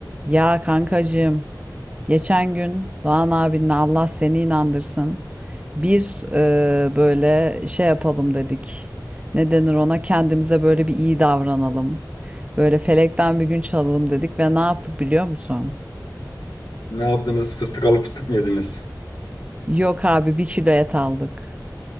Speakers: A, on the right (about 15°); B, on the left (about 75°).
A: Ya kankacığım, geçen gün Doğan abinle Allah seni inandırsın. Bir e, böyle şey yapalım dedik. Ne denir ona? Kendimize böyle bir iyi davranalım. Böyle felekten bir gün çalalım dedik ve ne yaptık biliyor musun?
B: Ne yaptınız? Fıstık alıp fıstık mı yediniz?
A: Yok abi bir kilo et aldık.